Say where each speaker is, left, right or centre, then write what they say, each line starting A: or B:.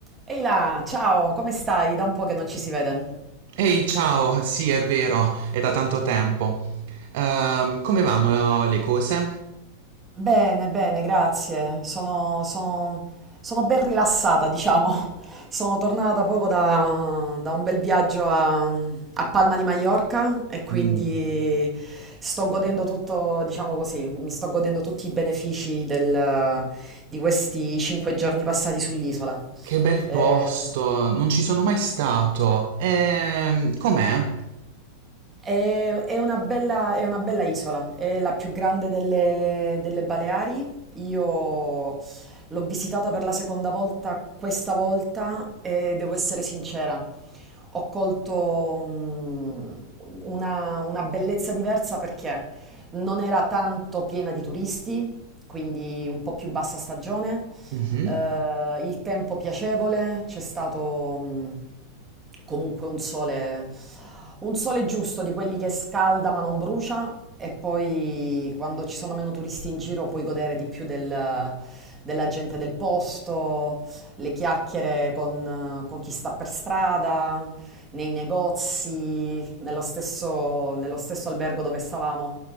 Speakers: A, on the right; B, on the right.
A: Ehi là, ciao, come stai? Da un po' che non ci si vede.
B: Ehi, ciao, sì, è vero, è da tanto tempo. Ehm, come vanno eh, le cose?
A: Bene, bene, grazie. Sono, sono- sono ben rilassata, diciamo. <laughs> Sono tornata poco da, da un bel viaggio a, a Palma di Maiorca e quindi
B: Mm,
A: sto godendo tutto, diciamo così, mi sto godendo tutti i benefici del- di questi cinque giorni passati sull'isola.
B: che bel
A: Eh,
B: posto, non ci sono mai stato. Ehm, com'è?
A: È, è una bella, è una bella isola, è la più grande delle, delle Baleari. Io l'ho visitata per la seconda volta questa volta e devo essere sincera, ho colto mm, una, una bellezza diversa perché non era tanto piena di turisti, quindi un po' più bassa stagione,
B: Mhm.
A: eh, il tempo piacevole, c'è stato mh, comunque un sole, un sole giusto di quelli che scalda ma non brucia e poi quando ci sono meno turisti in giro puoi godere di più del- della gente del posto, le chiacchiere con, eh, con chi sta per strada, nei negozi, nello stesso nello stesso albergo dove stavamo